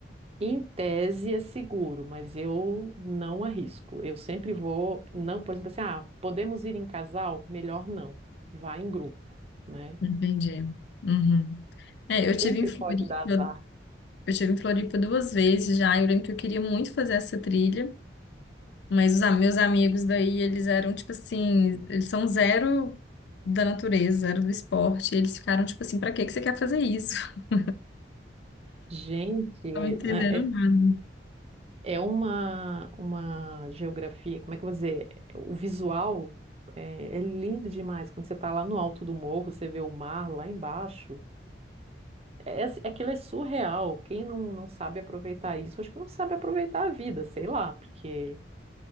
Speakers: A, on the right; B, on the left.
A: Em tese é seguro, mas eu não arrisco. Eu sempre vou, não, por exemplo, assim, ah, podemos ir em casal? Melhor não. Vá em grupo, né?
B: Entendi. Uhum. É, eu tive
A: Sempre
B: em Floripa.
A: pode dar azar.
B: Eu estive em Floripa duas vezes já. e Eu lembro que eu queria muito fazer essa trilha, mas os am- meus amigos daí, eles eram tipo assim, eles são zero da natureza, zero do esporte. e eles ficaram tipo assim, pra que que você quer fazer isso? <laughs>
A: Gente,
B: Não entenderam
A: né, é
B: nada.
A: É uma, uma geografia, como é que eu vou dizer? O visual é, é lindo demais. Quando você está lá no alto do morro, você vê o mar lá embaixo. É, é- é aquilo é surreal. Quem não, não sabe aproveitar isso, acho que não sabe aproveitar a vida, sei lá, porque